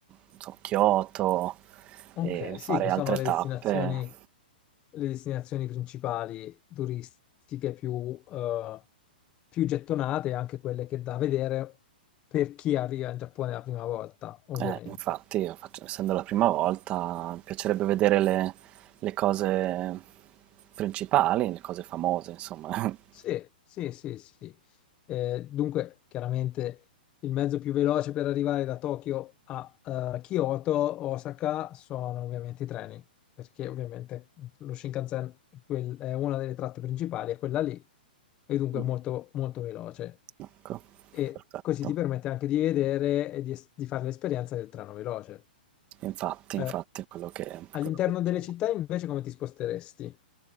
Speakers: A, on the right; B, on the left.
A: non so, Kyoto
B: Ok,
A: e fare
B: sì, che
A: altre
B: sono le
A: tappe.
B: destinazioni, le destinazioni principali turistiche più, eh, più gettonate, anche quelle che da vedere per chi arriva in Giappone la prima volta, ovviamente.
A: Eh, infatti, io faccio- essendo la prima volta, mi piacerebbe vedere le, le cose principali, le cose famose, insomma. <laughs>
B: Sì, sì, sì, sì. Eh, dunque, chiaramente il mezzo più veloce per arrivare da Tokyo a eh, Kyoto, Osaka, sono ovviamente i treni, perché ovviamente lo Shinkansen quel- è una delle tratte principali, è quella lì, e dunque
A: Mm,
B: è molto, molto veloce.
A: Ecco,
B: E
A: perfetto.
B: così ti permette anche di vedere e di, es- di fare l'esperienza del treno veloce.
A: Infatti, infatti,
B: Eh,
A: quello che,
B: all'interno
A: quello che dicevo.
B: delle città, invece, come ti sposteresti?